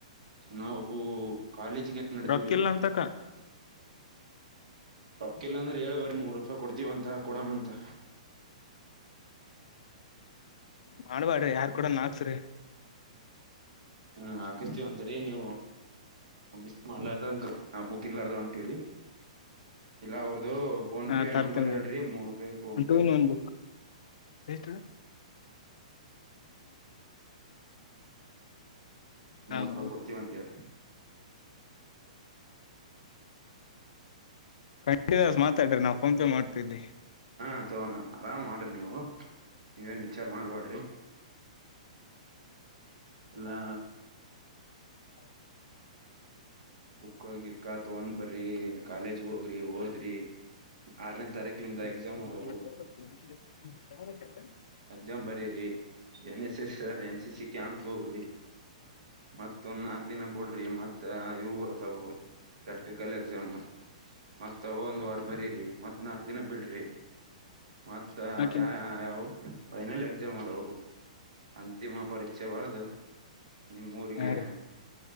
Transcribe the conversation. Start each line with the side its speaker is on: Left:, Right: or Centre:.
Right: ನಾವು ಓ ಕಾಲೇಜ್ ಏನ್ ನಡತವ್ರಿ
Left: ರೊಕ್ಕ ಇಲ್ಲ ಅಂತಕ
Right: ರೊಕ್ಕಿಲ್ಲಾ ಅಂದ್ರೆ ಏಳ್ ಬಾರಿ ಮೂರ್ ರೂಪಾಯಿ ಕೊಡ್ತೀವಂತ ಕೊಡಮ್ಮಂತೆ.
Left: ಮಾಡ್ಬಡ್ರಿ ಯಾರ್ ಕೂಡನಾ ಹಾಕ್ಸ್ರಿ
Right: ಹಾ ಹಾಕಿಸ್ತೀವಿ ಅಂತರಿ ನೀವು ಮಿಸ್ ಮಾಡಲಾರದಂಗ ಹಬ್ಬಕ್ಕೆ ಇಲ್ಲಾರದ ಒಂಟೀರಿ ಇಲ್ಲ ಅವ್ರದುು ಫೋನ್
Left: ಹಾ
Right: ಪೇ
Left: ತರ್ತೇನ
Right: ನಂಬರ್ ಹೇಳ್ರಿ ಮೂರುೂಪೇ phone
Left: two
Right: pay
Left: in one book <unintelligible>
Right: ಮೂವತ್
Left: ಹಾ ಮಾಡ್ತೀನಿ
Right: ರೂಪಾಯಿ ಕೊಡ್ತೀವ ಅಂತ ಹೇಳ್ರಿ
Left: ಕಂಟಿನ್ಯಸ್ ಮಾತಾಡಿ ನಾವು ಫೋನ್ ಪೇ ಮಾಡ್ತವಿ ಇಲ್ಲಿ
Right: ಹಾ ತಕೊ ಆರಾಮ್ ಮಾಡ್ರಿ ನೀವು ನೀವೇನ್ ವಿಚಾರ ಮಾಡ್ಬಾಡ್ರಿ ಎಲ್ಲಾ
Left: <inaudible>
Right: ಬುಕ್ ಗಿಕ್ಕ ತಗೊಂಡ್ ಬರ್ರಿ ಕಾಲೇಜಿಗೆ ಹೋಗ್ರಿ ಓದ್ರಿ ಆರನೇ ತಾರೀಕಲಿಂದ
Left: <unintelligible>
Right: ಎಕ್ಸಾಮ್ ಅದವು ಎಕ್ಸಾಮ್ ಬರಿರಿ N S S N C C camp ಹೋಗ್ರಿ ಮತ್ ನಾಕು ದಿನ ಬುಡ್ರಿ ಮತ್ ಇವು ಬರ್ತಾವು ಪ್ರಾಕ್ಟಿಕಲ್ ಎಕ್ಸಾಮ್ ಮತ್ತ ಹೋಗಿ ಒಂದ ವಾರ ಬರೀರಿ ಮತ್ತ ನಾಕ ದಿನ ಬಿಡ್ರಿ. ಮತ್ತ
Left: ಹಾ
Right: ಯ ಯಾವವು ಫೈನಲ್ ಎಕ್ಸಾಮ್ ಅದಾವು. ಅಂತಿಮ ಪರೀಕ್ಷೆ ಬರೆದು ನಿಮ್ಮ ಊರಿಗೆ,
Left: ರೀ